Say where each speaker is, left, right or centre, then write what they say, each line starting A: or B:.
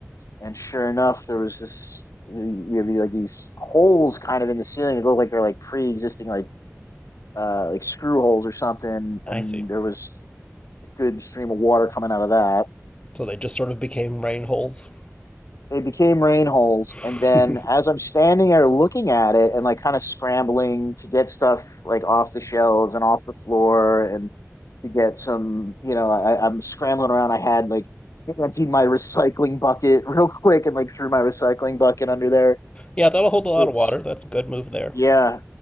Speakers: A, on the left; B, on the left.
A: And sure enough, there was this. We have these, like these holes kind of in the ceiling. It looked like they're like pre-existing like uh, like screw holes or something,
B: I
A: and
B: see.
A: there was a good stream of water coming out of that.
B: So they just sort of became rain holes.
A: They became rain holes,
B: <laughs>
A: and then as I'm standing there looking at it and like kind of scrambling to get stuff like off the shelves and off the floor and to get some, you know, I, I'm scrambling around. I had like emptied my recycling bucket <laughs> real quick and like threw my recycling bucket under there.
B: yeah, that'll hold a lot
A: It's
B: of water. That's a good move there.
A: yeah,